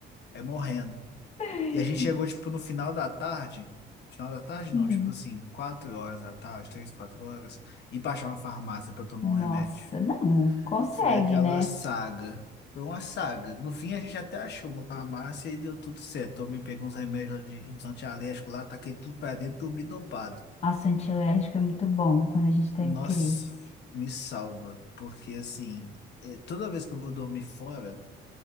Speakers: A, on the left; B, on the left.
A: é morrendo.
B: <laughs>
A: E a gente chegou, tipo, no final da tarde. Final da tarde,
B: Hum,
A: não, tipo assim, quatro horas da tarde, três, quatro horas, e pra achar uma farmácia pra tomar
B: nossa,
A: um remédio.
B: não consegue,
A: E foi aquela
B: né?
A: saga. Foi uma saga. No fim, a gente até achou uma farmácia e deu tudo certo. Tomei, peguei uns remédios lá de uns antialérgicos lá, taquei tudo pra dentro, dormi dopado.
B: Nossa, antialérgico é muito bom quando a gente tá
A: Nossa,
B: em crise.
A: me salva. Porque, assim, eh, toda vez que eu vou dormir fora,